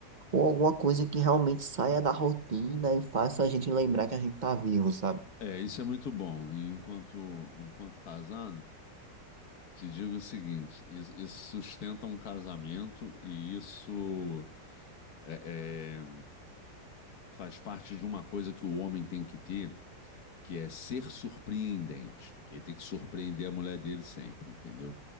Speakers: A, on the right (about 50°); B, on the left (about 60°).
A: ou alguma coisa que realmente saia da rotina e faça a gente lembrar que a gente tá vivo, sabe?
B: É, isso é muito bom. E enquanto, enquanto casado, te digo o seguinte: isso, isso sustenta um casamento e isso é, é, faz parte de uma coisa que o homem tem que ter, que é ser surpreendente. Ele tem que surpreender a mulher dele sempre, entendeu?